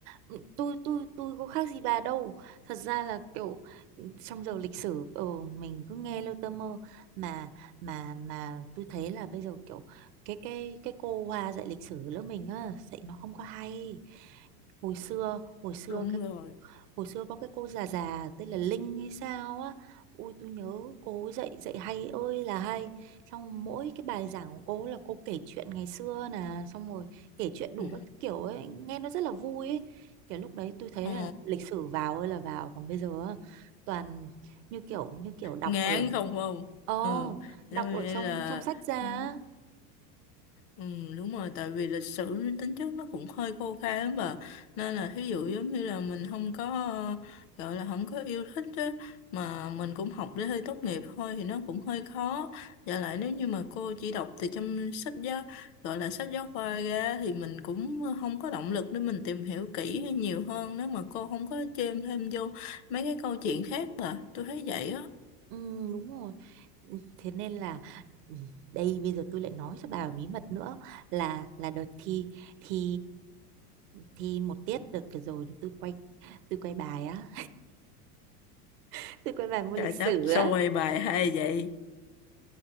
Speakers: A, on the right; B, on the left.
A: Ừ, tôi tôi tôi có khác gì bà đâu. Thật ra là kiểu ừ, trong giờ lịch sử ừ, mình cứ nghe lơ tơ mơ mà mà mà tôi thấy là bây giờ kiểu cái cái cái cô Hoa dạy lịch sử lớp mình á dạy nó không có hay. Hồi xưa hồi xưa
B: đúng
A: cái
B: rồi
A: hồi xưa có cái cô già già tên là Linh hay sao á ui tôi nhớ cô dạy dạy hay ơi là hay xong mỗi cái bài giảng của cô là cô kể chuyện ngày xưa nè xong rồi kể chuyện đủ
B: ừ.
A: các kiểu ấy nghe nó rất là vui ấy kiểu lúc đấy tôi thấy
B: Ờ.
A: là lịch sử vào ơi là vào còn bây giờ á, toàn như kiểu như kiểu đọc
B: ngán
A: ở
B: không không
A: Ồ,
B: ừ cho
A: đọc
B: nên
A: ở trong
B: là
A: trong sách ra á.
B: ờ, ừ đúng rồi tại vì lịch sử nó tính chất nó cũng hơi khô khan mà nên là thí dụ giống như là mình không có ờ, gọi là không có yêu thích á mà mình cũng học để hơi tốt nghiệp thôi thì nó cũng hơi khó và lại nếu như mà cô chỉ đọc từ trong sách giáo gọi là sách giáo khoa ra thì mình cũng không có động lực để mình tìm hiểu kỹ hay nhiều hơn nếu mà cô không có chêm thêm vô mấy cái câu chuyện khác mà tôi thấy vậy á
A: Ừ, đúng rồi. Ừ, Thế nên là ừ, đây bây giờ tôi lại nói cho bà bí mật nữa là là đợt thi thi thi một tiết đợt vừa rồi là tôi quay tôi quay bài á, <laughs> tôi quay bài môn
B: Trời
A: lịch
B: đất,
A: sử
B: sao
A: á.
B: quay bài hay vậy?